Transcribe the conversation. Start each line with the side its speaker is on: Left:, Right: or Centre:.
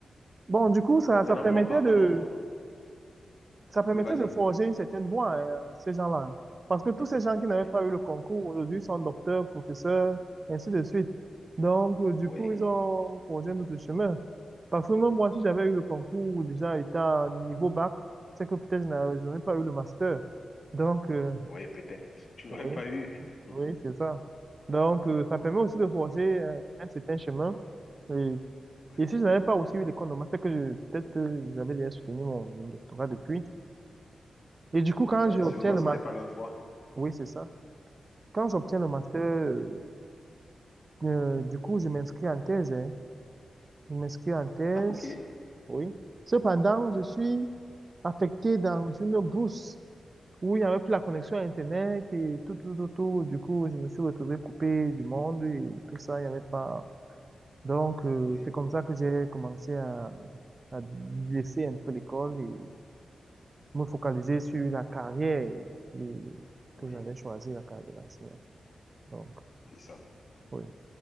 Right: Bon, du coup, ça,
Left: Bon, maintenant,
Right: ça permettait
Left: moi, par
Right: de,
Left: contre,
Right: ça permettait
Left: oui, vas-y.
Right: de forger une certaine voie, hein, à ces gens-là. Parce
Left: Oui,
Right: que tous ces gens qui n'avaient
Left: oui,
Right: pas eu le concours aujourd'hui sont docteurs, professeurs, ainsi de suite. Donc, euh, du
Left: oui,
Right: coup, ils ont forgé un autre chemin. Parce que même moi, si j'avais eu le concours déjà étant niveau bac, c'est que peut-être je n'a- je n'aurais pas eu le master. Donc, euh,
Left: oui, peut-être. Tu n'aurais
Right: oui,
Left: pas eu. <laughs>
Right: oui, c'est ça. Donc, euh, ça permet aussi de forger euh, un, certain chemin. Et,
Left: Mhm. Oui.
Right: et si je n'avais pas aussi eu l'école de master, que je- peut-être euh, j'avais déjà soutenu mon, mon doctorat depuis. Et du coup, quand
Left: Ouais,
Right: j'obtiens
Left: sûrement,
Right: le
Left: c'était
Right: master,
Left: pas leur voix.
Right: oui, c'est ça. Quand j'obtiens le
Left: Mhm.
Right: master, euh, euh, du coup, je m'inscris en thèse, hein. Je m'inscris en thèse,
Left: Ah, ok.
Right: oui. Cependant, je suis affecté dans une bourse où il n'y avait plus la connexion à Internet et tout, tout, tout, tout. Du coup, je me suis retrouvé coupé du monde et tout ça, il n'y avait pas. Donc, euh,
Left: Oui,
Right: c'est comme ça que j'ai commencé à, à laisser un peu l'école et me focaliser sur la carrière euh,
Left: oui,
Right: que j'avais choisi, la carrière d'enseignant. Donc,
Left: c'est ça.
Right: oui.